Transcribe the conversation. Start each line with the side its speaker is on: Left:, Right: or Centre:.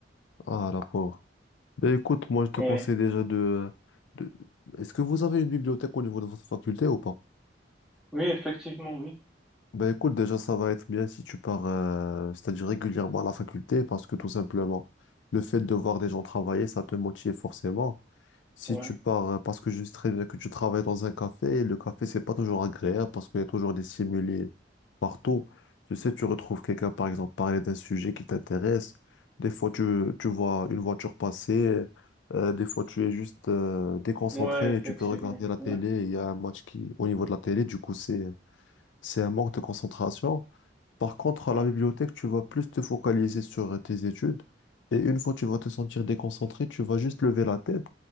Left: ah, la pauvre. Ben écoute, moi, je te
Centre: Ouais.
Left: conseille déjà de, de... Est-ce que vous avez une bibliothèque au niveau de votre faculté ou pas?
Centre: Oui, effectivement, oui.
Left: Ben écoute, déjà, ça va être bien si tu pars, euh, c'est-à-dire régulièrement à la faculté, parce que tout simplement, le fait de voir des gens travailler, ça te motive forcément. Si
Centre: Ouais.
Left: tu pars, euh, parce que je sais très bien que tu travailles dans un café, et le café, c'est pas toujours agréable parce qu'il y a toujours des stimuli partout. Tu sais, tu retrouves quelqu'un, par exemple, parler d'un sujet qui t'intéresse. Des fois, tu, tu vois une voiture passer. euh, des fois, tu es juste euh, déconcentré
Centre: Ouais, effectivement.
Left: et tu peux regarder la télé.
Centre: Ouais.
Left: Il y a un match qui, au niveau de la télé, du coup, c'est, c'est un manque de concentration. Par contre, à
Centre: Ouais,
Left: la bibliothèque, tu vas plus te focaliser sur tes études. Et une fois que tu vas te sentir déconcentré, tu vas juste lever la tête